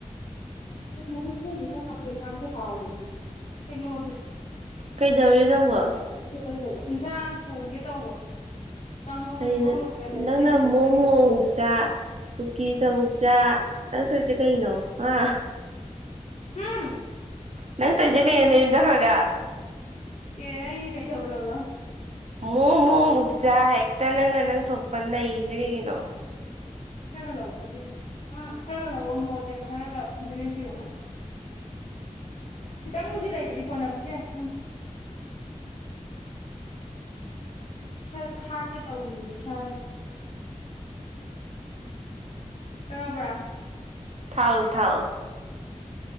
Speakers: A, on the left; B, on the right.
A: ꯍꯦꯖꯦꯖꯩ <inaudible> ꯐꯃꯗꯤ ꯍꯥꯎꯗꯤ ꯁꯤꯒꯂ ꯍꯗꯗꯤ <unintelligible>
B: ꯀꯩꯗꯧꯔꯤ ꯅꯪꯕꯣ
A: ꯂꯩꯗꯧꯕ ꯏꯟꯁꯥꯡ ꯊꯣꯡꯒꯦ ꯇꯧꯕ ꯀꯥꯡꯍꯧ
B: ꯀꯩꯅꯣ
A: ꯉꯧꯅꯕ ꯀꯩꯗꯧꯔꯤꯕ
B: ꯅꯪꯅ
A: ꯂꯦꯟꯗ꯭ꯔꯤꯁꯦ
B: ꯃꯣꯃꯣ
A: ꯈꯔ ꯍꯦꯛꯒꯦ
B: ꯃꯨꯛ ꯆꯥ ꯀꯨꯀꯤꯆ ꯑꯃꯨꯛ ꯆꯥ ꯅꯪ ꯇꯧꯏꯁꯤ ꯀꯩꯅꯣ ꯍꯥ
A: ꯍꯝ
B: ꯅꯪ ꯇꯧꯁꯦ ꯀꯩꯅꯣ ꯅꯌꯨꯝ ꯆꯠꯈ꯭ꯔꯒ
A: ꯑꯦ ꯑꯩ ꯀꯩꯗꯧꯔꯕ
B: ꯃꯨꯛ ꯃꯨꯛ ꯃꯨꯛꯆꯥꯥ ꯍꯦꯛꯇ ꯅꯪꯅ ꯅꯪ ꯊꯣꯛꯄ ꯅꯩ ꯗ ꯌꯦꯡꯉꯤꯗꯣ
A: ꯈꯔꯒ ꯂꯧꯔꯣꯑꯣ ꯑꯗꯨꯗꯨ ꯍꯥ ꯈꯔꯒ ꯂꯧꯔꯣ ꯃꯣꯔꯣꯛ ꯑꯇꯦꯛꯄ ꯈꯔꯒ ꯕꯦꯂꯦꯟꯗ꯭ꯔꯤꯒ ꯈꯤꯇꯪꯕꯨꯗꯤ ꯂꯩ ꯔꯤ ꯐꯅꯥꯕꯤꯕꯁꯤ ꯍꯥꯏ ꯁꯪ ꯈꯔ ꯊꯥꯛꯀꯦ ꯇꯧꯕꯅꯤꯗ ꯏꯁꯥꯁꯦ ꯇꯥꯔꯕ꯭ꯔ
B: ꯊꯥꯛꯎ ꯊꯥꯛꯎ